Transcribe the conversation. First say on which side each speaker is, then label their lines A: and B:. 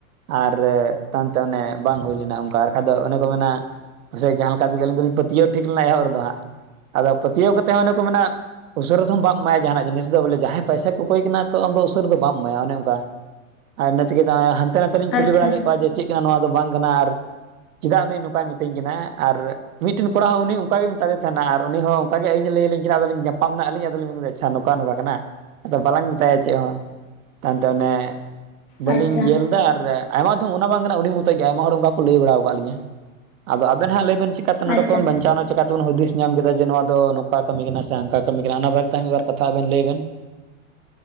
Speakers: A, on the right; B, on the left.
A: ᱟᱨ ᱛᱟᱱ ᱛᱮ ᱚᱱᱮ ᱵᱟᱝ ᱦᱩᱭ ᱞᱮᱱᱟ ᱚᱱᱠᱟ ᱠᱟᱫᱚ ᱚᱱᱮ ᱠᱚ ᱢᱮᱱᱟ ᱯᱟᱥᱮᱡ ᱡᱟᱦᱟᱸ ᱞᱮᱠᱟ ᱛᱮᱜᱮ ᱟᱹᱞᱤᱧ ᱫᱚᱞᱤᱧ ᱯᱟᱹᱛᱭᱟᱹᱣ ᱴᱷᱤᱠ ᱞᱮᱱᱟ ᱮᱦᱚᱵ ᱨᱮᱫᱚ ᱦᱟᱸᱜ ᱟᱫᱚ ᱯᱟᱹᱛᱭᱟᱹᱣ ᱠᱟᱛᱮ ᱦᱚᱸ ᱚᱱᱮ ᱠᱚ ᱢᱮᱱᱟ᱾ ᱩᱥᱟᱹᱨᱟ ᱫᱚᱢ ᱵᱟᱢ ᱮᱢᱟᱭᱟ ᱡᱟᱦᱟᱱᱟᱜ ᱡᱤᱱᱤᱥ ᱫᱚ ᱵᱚᱞᱮ ᱡᱟᱦᱟᱸᱭ ᱯᱟᱭᱥᱟᱭ ᱠᱚᱠᱚᱭ ᱠᱟᱱᱟ ᱛᱚ ᱟᱢ ᱩᱥᱟᱹᱨᱟ ᱫᱚ ᱵᱟᱢ ᱮᱢᱟᱭᱟ ᱚᱱᱮ ᱚᱱᱠᱟ ᱟᱨ ᱤᱱᱟ ᱛᱮᱜᱮ ᱱᱚᱜᱼᱚᱭ ᱦᱟᱱᱛᱮ ᱱᱟᱛᱮ
B: ᱟᱪᱪᱷᱟ
A: ᱞᱤᱧ ᱠᱩᱞᱤ ᱵᱟᱲᱟ ᱠᱮᱜ ᱠᱚᱣᱟ ᱡᱮ ᱪᱮᱜ ᱠᱟᱱᱟ ᱱᱚᱣᱟ ᱫᱚ ᱵᱟᱝ ᱠᱟᱱᱟ ᱟᱨ ᱪᱤᱫᱟᱜ ᱩᱱᱤ ᱱᱚᱝᱠᱟᱭ ᱢᱤᱛᱟᱹᱧ ᱠᱟᱱᱟ ᱟᱨ ᱢᱤᱫᱴᱮᱱ ᱠᱚᱲᱟ ᱦᱚᱸ ᱩᱱᱤ ᱚᱱᱠᱟ ᱜᱮ ᱢᱮᱛᱟᱫᱮ ᱛᱟᱦᱮᱱᱟ ᱟᱨ ᱩᱱᱤ ᱦᱚᱸ ᱚᱱᱠᱟ ᱜᱮ ᱟᱹᱞᱤᱧ ᱞᱟᱹᱭ ᱟᱹᱞᱤᱧ ᱠᱟᱱᱟ ᱟᱫᱚ ᱞᱤᱧ ᱧᱟᱯᱟᱢ ᱱᱟ ᱟᱹᱞᱤᱧ ᱟᱫᱚᱞᱤᱧ ᱢᱮᱱ ᱟᱪᱪᱷᱟ ᱱᱚᱝᱠᱟ ᱱᱚᱝᱠᱟ ᱠᱟᱱᱟ ᱟᱫᱚ ᱵᱟᱞᱟᱝ ᱢᱤᱛᱟᱭᱟ ᱪᱮᱫ ᱦᱚᱸ ᱛᱟᱭᱚᱢᱛᱮ ᱚᱱᱮ ᱵᱟᱹᱞᱤᱧ
B: ᱟᱪᱪᱷᱟ
A: ᱤᱭᱟᱹ ᱮᱫᱟ ᱟᱨ ᱟᱭᱢᱟ ᱫᱷᱚᱢ ᱚᱱᱟ ᱵᱟᱝ ᱠᱟᱱᱟ ᱩᱱᱤ ᱢᱚᱛᱚᱭ ᱜᱮ ᱟᱭᱢᱟ ᱦᱚᱲ ᱚᱱᱠᱟ ᱠᱚ ᱞᱟᱹᱭ ᱵᱟᱲᱟᱣ ᱠᱟᱜ ᱞᱤᱧᱟᱹ ᱟᱫᱚ ᱟᱵᱮᱱ ᱦᱟᱸᱜ ᱞᱟᱹᱭᱵᱮᱱ ᱪᱤᱜ ᱠᱟᱛᱮ ᱱᱚᱸᱰᱮ
B: ᱟᱪᱪᱷᱟ
A: ᱠᱷᱚᱱ ᱵᱟᱧᱪᱟᱣᱱᱟ᱾ ᱪᱮᱠᱟᱛᱮᱵᱮᱱ ᱦᱩᱫᱤᱥ ᱧᱟᱢ ᱠᱮᱫᱟ ᱡᱮ ᱱᱚᱣᱟ ᱫᱚ ᱱᱚᱝᱠᱟ ᱠᱟᱹᱢᱤ ᱠᱟᱱᱟ ᱥᱮ ᱦᱟᱝᱠᱟ ᱠᱟᱹᱢᱤ ᱠᱟᱱᱟ ᱚᱱᱟ ᱵᱟᱨᱮᱛᱮ ᱢᱤᱫᱵᱟᱨ ᱠᱟᱛᱷᱟ ᱟᱵᱮᱱ ᱞᱟᱹᱭ ᱵᱮᱱ?